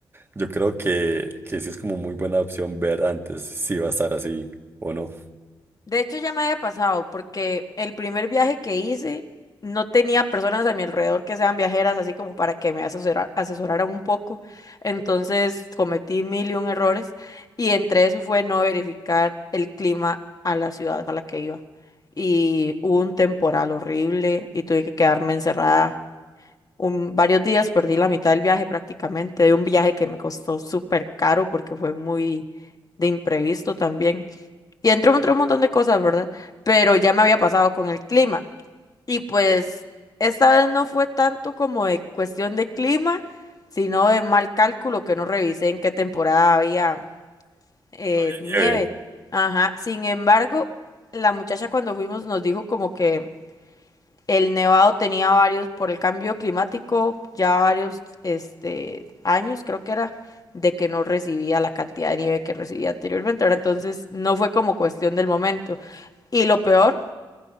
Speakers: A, on the right; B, on the left.
A: yo creo que, que sí es como muy buena opción ver antes si va a estar así o no.
B: De hecho, ya me había pasado porque el primer viaje que hice no tenía personas a mi alrededor que sean viajeras, así como para que me asesora- asesoraran un poco. Entonces cometí mil y un errores y entre eso fue no verificar el clima a la ciudad a la que iba. Y hubo un temporal horrible y tuve que quedarme encerrada un- varios días perdí la mitad del viaje prácticamente, de un viaje que me costó súper caro porque fue muy de imprevisto también. Y entró entre un montón de cosas, ¿verdad? Pero ya me había pasado con el clima. Y pues esta vez no fue tanto como de cuestión de clima, sino de mal cálculo que no revisé en qué temporada había eh,
A: Había
B: nieve.
A: nieve.
B: Ajá, sin embargo, la muchacha cuando fuimos nos dijo como que el Nevado tenía varios, por el cambio climático, ya varios este, años, creo que era, de que no recibía la cantidad de nieve que recibía anteriormente. Ahora, entonces, no fue como cuestión del momento. Y lo peor